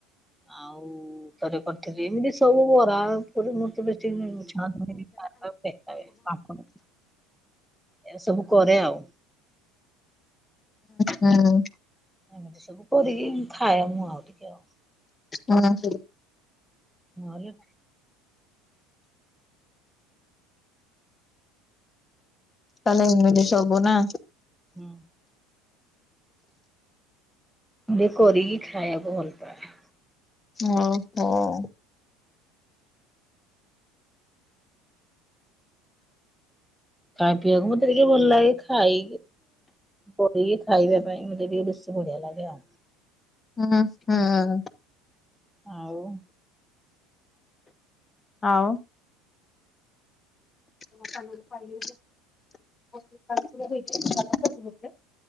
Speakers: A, in the centre; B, on the left.
A: ଆଉ ଥରେ କରିଥିଲି। ଏମିତି ସବୁ ବରା ପୁରୀ ମୂର୍ତି ପ୍ରାପଣ <unintelligible> ଏ ସବୁ କରେ ଆଉ
B: ହୁଁ ହୁଁ।
A: ଏମିତି ସବୁ କରିକି ଖାଏ ମୁଁ ଆଉ ଟିକେ ଆଉ
B: ହୁଁ।
A: ନ ଏଲେ
B: ତାହେଲେ ଏଇମ ସବୁ ନା
A: ହଁ। ଏ କରିକି ଖାଇବାକୁ ଭଲ ପାଏ।
B: <unintelligible> ଓହୋ।
A: ଚ଼ା ପିଇବାକୁ ମତେ ଟିକେ ଭଲ ଲାଗେ, ଖାଇ ପୋଡିକି ଖାଇବା ପାଇଁ ମୋତେ ଟିକେ ବଢିଆ ଲାଗେ ଆଉ।
B: ହୁଁ ହଁ।
A: ଆଉ
B: ଆଉ <unintelligible>